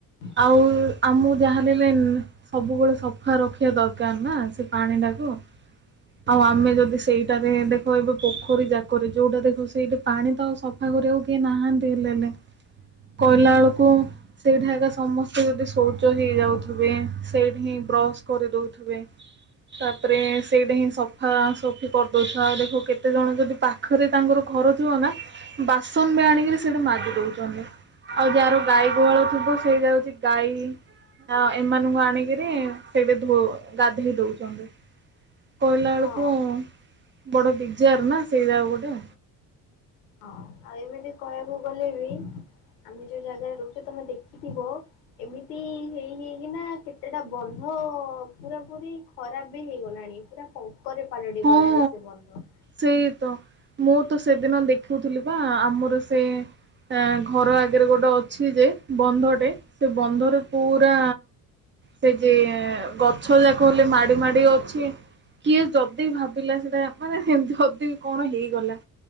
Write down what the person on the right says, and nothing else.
ଆଉ ଆମକୁ ଯାହା ଦେଲେ ନ- ସବୁବେଳେ ସଫା ରଖିବା ଦରକାର ନା ସେ ପାଣି ଟାକୁ। ଆଉ ଆମେ
ଯଦି ସେଇଟାରେ ଦେଖ ଏବେ ପୋଖରୀ ଯାକରେ ଯୋଉଟା ଦେଖିବୁ ସେଇଟା ପାଣି ତ ସ- ଖା କରିବାକୁ କିଏ ନାହାନ୍ତି ହେଲେ ଲେ କହିଲା ବେଳକୁ- ସେଇଠା ଆଗ ଏକା ସମସ୍ତେ ଯଦି ଶୌଚ ହେଇଯାଉଥିବେ ସେଇଠି ହିଁ ବ୍ରଶ କରିଦଉଥିବେ। ତାପରେ ସେଇଟା ହିଁ- ସଫା ସଫି କରିଦେଉଥିବ ଆଉ ଦେଖିବ କେତେଜଣ ଯଦି ପାଖରେ ତାଙ୍କର ଘର ଥିବ ନା- ବାସନ ବି ଆଣିକିରି ସେଠି ମାଜିି ଦଉଛନ୍ତି। ଆଉ ଯାହାର ଗାଈ ଗୁହାଳ ଥିବ ସେଇଟା ହଉଛି ଗାଈ- ଆ ଏମାନଙ୍କୁ ଆଣିକରି ସେଇଠି ଧୋ ଗାଧେଇ ଦଉଛନ୍ତି। କୋହିଲା ବେଳକୁ
ବଡ ପିଜାର ନା ସେଇଟା ଗୋଟେ।
ହଁ
ସେଇ ତ ମୁଁ ତ ସେଦିନ ଦେଖୁଉଥିଲି ବା ଆମର ସେ- ଏ ଘର ଆଗରେ ଗୋଟେ ଅଛି ଯେ ବନ୍ଧଟେ- ସେ ବନ୍ଧରେ ପୁରା- ସେ ଯେ ଗଛ ଯାକ ହେଲେ ମାଡି ମାଡି ଅଛି କିଏ ଜ ଯଦି ଭାବିଲା ସେଟା ମାନେ ସେମିତି ଯଦି କଣ ହେଇଗଲା!